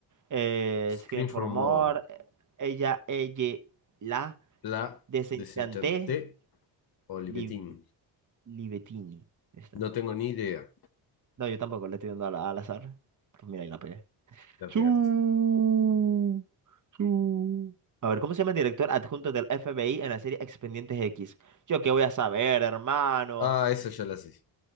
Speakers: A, on the right; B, on the left.
A: Eh,
B: Scream
A: Scream
B: for
A: for More,
B: More.
A: eh, Ella, Ella, La,
B: La
A: Desenchanté,
B: Desenchanté Olivetín.
A: Li- Libettini. Ahí Está.
B: No tengo ni idea.
A: No, yo tampoco le estoy dando al, al azar. Pues mira, y la pegué.
B: La
A: Su,
B: pegaste.
A: su. A ver, ¿cómo se llama el director adjunto del FBI en la serie Expedientes X? Yo qué voy a saber, hermano.
B: Ah, eso ya la sé.